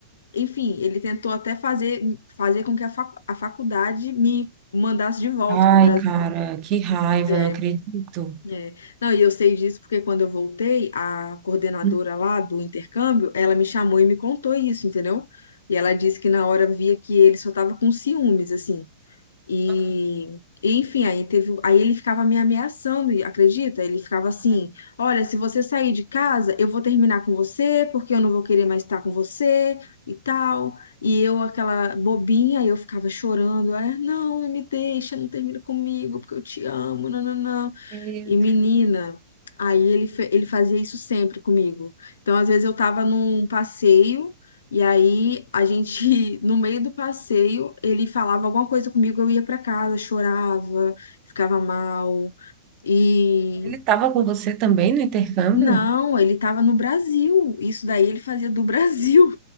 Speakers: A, on the left (about 75°); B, on the right (about 35°).
A: enfim, ele tentou até fazer fazer com que a, fac, a faculdade me mandasse de volta
B: Ai,
A: para o Brasil.
B: cara, que raiva,
A: É,
B: não acredito.
A: é. Não, e eu sei disso porque quando eu voltei, a coordenadora
B: Hum,
A: lá do intercâmbio, ela me chamou e me contou isso, entendeu? E ela disse que na hora via que ele só tava com ciúmes, assim. E,
B: aham.
A: e, enfim, aí teve, aí ele ficava me ameaçando, e acredita? Ele ficava assim:
B: Ai,
A: "Olha, se você sair de casa, eu vou terminar com você, porque eu não vou querer mais estar com você" e tal. E eu aquela bobinha, eu ficava chorando, é, não, não me deixa, não termina comigo, porque eu te amo, não, não, não.
B: meu Deus.
A: E menina, aí ele, fe- ele fazia isso sempre comigo. Então, às vezes eu tava num passeio e aí a gente, <laughs> no meio do passeio, ele falava alguma coisa comigo, eu ia pra casa, chorava, ficava mal. E
B: Ele estava com você também no intercâmbio?
A: não, ele tava no Brasil. Isso daí ele fazia do <laughs> Brasil.